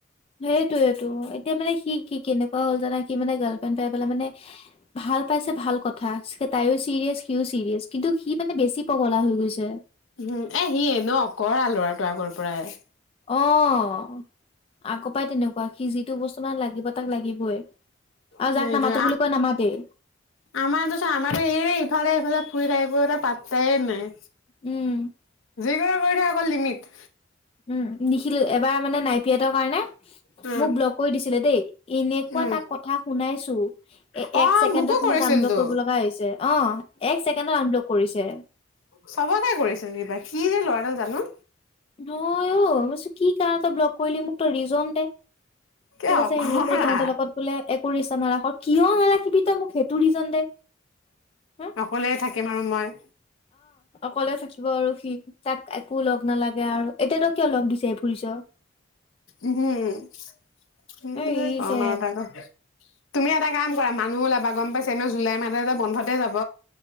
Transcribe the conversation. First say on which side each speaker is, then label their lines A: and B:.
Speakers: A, on the left (about 30°); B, on the left (about 80°).
A: সেইটোয়েইেটো এতিয়া মানে কি কি কেনেকুৱা হ'ল, জানা? সি মানে গাৰ্লফ্ৰেণ্ড পাই পেলাই মানে ভাল পাইছে ভাল কথা। তাইয়ো চিৰিয়াছ, সিও ছিৰিয়াছ কিন্তু সি মানে বেছি পগলা হৈ গৈছে।
B: উম এ সিয়ে এনেও অঁকৰা ল'ৰাটো আগৰ পৰাই।
A: অ আকৌ পৰাই তেনেকুৱা সি যিটো বস্তু মান লাগিব তাক লাগিবই আৰু
B: সেইটোোৱে
A: যাক নামাতো বুলি কয় নামাতেই
B: আমাৰত চ আমাৰো এই ইফালে ইফালে ফুৰি থাক পাত্তাইে নাই।
A: উম
B: কৰি থ অকল লিমিট
A: উম নিখিলো এবাৰ মানে নাই। সিহঁতৰ কাৰণে
B: উম
A: মোক বল্লক কৰি দিছিলে দেই এনেুৱা
B: উম
A: ত কথা শুনাইছো।
B: অ
A: এক ছেকেণ্ডত
B: মোকো কৰিছিল
A: মোক আনব্লক
B: তো
A: কৰিব লগা হৈছে অ এক ছেকেণ্ডত আনব্লক কৰিছে।
B: চবতে কৰিছে কিবা কি যে লৰাডাল জানো।
A: নই অ ম কি কাৰণ এটা ব্লক কৰিলি মোক ত ৰিজন দে।
B: কিয়
A: ঠিক আছে
B: অকৰা
A: এনে কৰো তহঁতৰ লগত বোলে একো ৰিচ্ছা নাৰাখ কিয় নাৰাখিবি তই মোক সেইটো ৰিজন দে হা
B: অকলে থাকিম আৰু মই
A: কলে থাকিব আৰু সি তাক একো লগ নালাগে আৰু এতিয়াতো কিয় লগ বিচাৰি ফুৰিছ।
B: উম সছে
A: এ ই
B: কমাৰ
A: যে
B: ত আকৌ। তুমি এটা কাম কৰা মানুহ ওলাবা গম পাইছা এ ন জুলাই মাহতে যে বন্ধতে যাব।